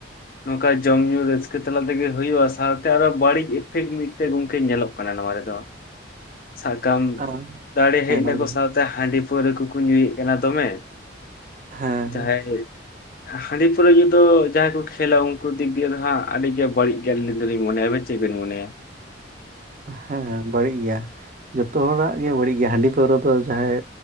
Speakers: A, on the left; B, on the right.
A: ᱱᱚᱝᱠᱟ ᱡᱚᱢ ᱧᱩ ᱨᱟᱹᱥᱠᱟᱹ ᱛᱟᱞᱟ ᱛᱮᱜᱮ ᱦᱩᱭᱩᱜᱼᱟ ᱥᱟᱶᱛᱮ ᱟᱨᱚ ᱵᱟᱹᱲᱤᱡ ᱤᱯᱷᱮᱠᱴ ᱢᱤᱫᱴᱮᱱ ᱜᱚᱝᱠᱮ ᱧᱮᱞᱚᱜ ᱠᱟᱱᱟ ᱱᱚᱣᱟ ᱨᱮᱫᱚ ᱾ ᱥᱟᱜ ᱠᱟᱢ
B: ᱟᱨ
A: ᱫᱟᱲᱮ ᱦᱮᱡ
B: ᱦᱮᱸ ᱢᱟ
A: ᱱᱟᱠᱳ
B: ᱞᱟᱹᱭ ᱢᱮ
A: ᱥᱟᱶᱛᱮ ᱦᱟᱺᱰᱤ ᱯᱟᱹᱣᱨᱟᱹ ᱠᱚᱠᱚ ᱧᱩᱭᱮᱫ ᱠᱟᱱᱟ ᱫᱚᱢᱮ ᱾
B: ᱦᱮᱸ
A: ᱡᱟᱦᱟᱸᱭ <unintelligible> ᱦᱟᱺᱰᱤ ᱯᱟᱹᱣᱨᱟᱹ ᱧᱩ ᱫᱚ ᱡᱟᱦᱟᱸᱭ ᱠᱚ ᱠᱷᱮᱹᱞᱟ ᱩᱱᱠᱩ ᱫᱤᱠ ᱫᱤᱭᱮ ᱫᱚ ᱦᱟᱸᱜ ᱟᱹᱰᱤ ᱜᱮ ᱵᱟᱹᱲᱤᱡ ᱜᱮᱭᱟ ᱟᱞᱤᱧ ᱫᱚᱞᱤᱧ ᱢᱚᱱᱮᱭᱟ ᱟᱵᱮᱱ ᱪᱮᱫ ᱵᱮᱱ ᱢᱚᱱᱮᱭᱟ?
B: ᱦᱮᱸ ᱦᱮᱸ ᱵᱟᱹᱲᱤᱡ ᱜᱮᱭᱟ ᱡᱚᱛᱚ ᱦᱚᱲᱟᱜ ᱜᱮ ᱵᱟᱹᱲᱤᱡ ᱜᱮᱭᱟ ᱦᱟᱺᱰᱤ ᱯᱟᱹᱣᱨᱟᱹ ᱫᱚ ᱡᱟᱦᱟᱸᱭ